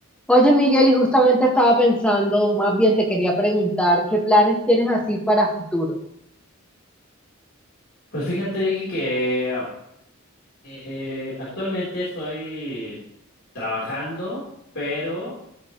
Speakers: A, in the centre; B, on the left (about 60°).
A: Oye, Miguel, y justamente estaba pensando, más bien te quería preguntar, ¿qué planes tienes así para futuro?
B: Pues fíjate, Vicky, que um, eh, actualmente estoy trabajando, pero